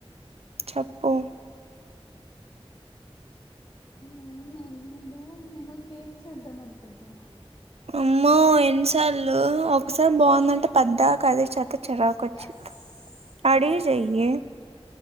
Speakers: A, on the right; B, on the left.
A: చెప్పు
B: నేను నేను ఏందో నేను కేక్ చేద్దాం అనుకుంటున్నా
A: అమ్మో ఎన్నిసార్లు ఒకసారి బాగుందంటే పద్దాకదే చెత్తే చిరాకు వచ్చుద్ధి
B: ఎస్
A: అడిగి
B: ఎస్
A: చేయి